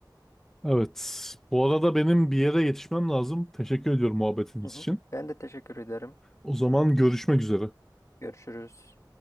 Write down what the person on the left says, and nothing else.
Hı hı.
Ben de teşekkür ederim.
Görüşürüz.